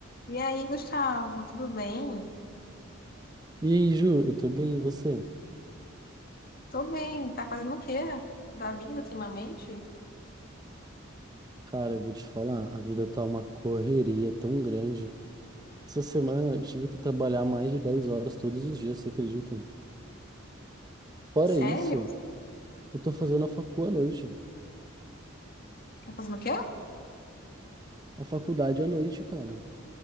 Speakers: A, on the left (about 45°); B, on the right (about 20°).
A: E aí, Gustavo, tudo bem?
B: E aí, Ju, eu tô bem, e você?
A: Tô bem. Tá fazendo o quê da vida ultimamente?
B: Cara, eu vou te falar, a vida tá uma correria tão grande. Essa semana eu tive que trabalhar mais de 10 horas todos os dias, você acredita? Fora
A: Sério?
B: isso, eu tô fazendo a facu à noite,
A: Tá fazendo o quê?
B: a faculdade à noite, cara.